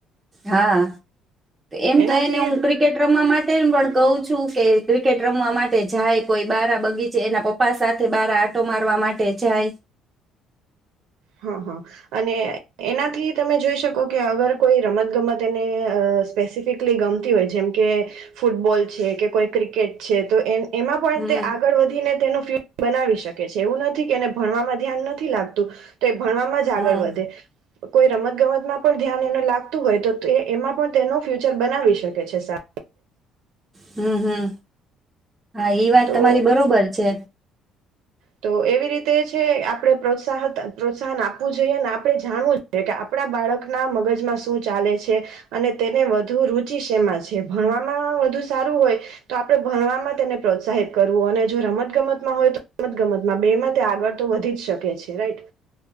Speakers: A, on the right (about 15°); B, on the right (about 80°).
A: હા એમ
B: એનાથી
A: તો એને હું ક્રિકેટ રમવા માટે પણ કું છું કે ક્રિકેટ રમવા માટે જાય કોઈ બારા બગીચે એના પપ્પા સાથે બારા આટો મારવા માટે જાય
B: હા હા અને એનાથી તમે જોઈ શકો કે અગર કોઈ રમત ગમત એને સ્પેસિફિકલી ગમતી હોય જેમ કે ફૂટબોલ છે કે કોઈ ક્રિકેટ છે તો એ એમાં પણ
A: હમ
B: તે આગળ વધીને તેનું બનાવી શકે છે એવું નથી કે એને ભણવામાં ધ્યાન નથી લાગતું. તે ભણવામાં જ આગળ
A: હા
B: વધે કોઈ રમત ગમતમાં પણ ધ્યાન એને લાગતું હોય તો તે એમાં પણ તેનુ ફ્યુચર બનાવી શકે છે સા
A: હમ્મ હમ્મ. હા ઈ વાત
B: તો
A: તમારી બરોબર છે.
B: તો એવી રીતે છે આપણે પ્રોત્સા પ્રોત્સાહન આપવું જોઈએ. અને આપણે જાણવું જોઈએ કે આપણા બાળકના મગજમાં શું ચાલે છે. અને તેને વધુ રુચિ શેમાં છે. ભણવામાં વધુ સારું હોય તો આપણે ભણવામાં તેને પ્રોત્સાહિત કરવું અને જો રમત ગમતમાં હોય તો રમતગમતમાં બે મતે આગળ તો વધી જ શકે છે. રાઈટ!